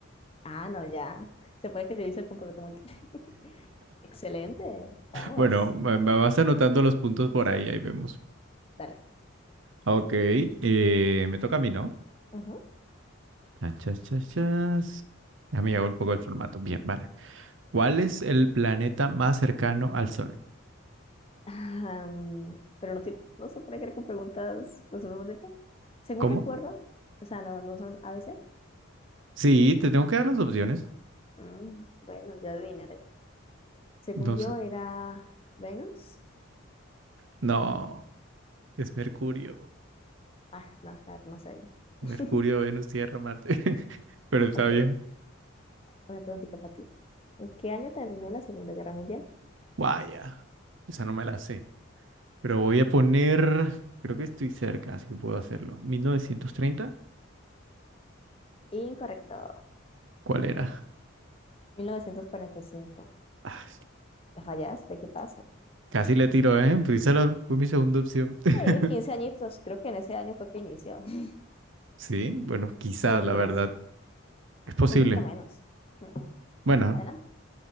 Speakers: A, on the left (about 25°); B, on the right (about 65°).
A: Ah, no, ya. Se puede que te dice el complemento múltiple. <laughs> Excelente, vamos.
B: Bueno, me me vas anotando los puntos por ahí, ahí vemos.
A: Dale.
B: Ok, eh, me toca a mí, ¿no?
A: Ujú.
B: Chan, chas, chas, chas. Déjame llevar un poco el formato. Bien, vale. ¿Cuál es el planeta más cercano al Sol?
A: Am, pero no, tiene- no se puede creer con preguntas de opción múltiple. Según
B: ¿Cómo?
A: recuerdo, o sea, no, no son A ABC.
B: Sí, te tengo que dar las opciones.
A: Mm, bueno, yo adivinaré. Según
B: No
A: yo,
B: sé.
A: era Venus.
B: No, es Mercurio.
A: Ah, no, la más sabía.
B: Mercurio,
A: <laughs>
B: Venus, Tierra, Marte. <laughs> Pero está
A: Ok,
B: bien.
A: una preguntita para ti. ¿En qué año terminó la Segunda Guerra Mundial?
B: Vaya, esa no me la sé. Pero voy a poner, creo que estoy cerca, así que puedo hacerlo. ¿1930?
A: Incorrecto.
B: ¿Cuál era?
A: 1945.
B: Ay,
A: ¿La fallaste? ¿Qué pasa?
B: casi le tiro, ¿eh? Pero esa la- fue mi segunda opción. <laughs>
A: Sí, 15 añitos. Creo que en ese año fue que inició. <laughs>
B: Sí, bueno, quizás,
A: No, mentiras.
B: la verdad. Es posible.
A: Creo que un poquito menos. Mm,
B: Bueno,
A: Adelante.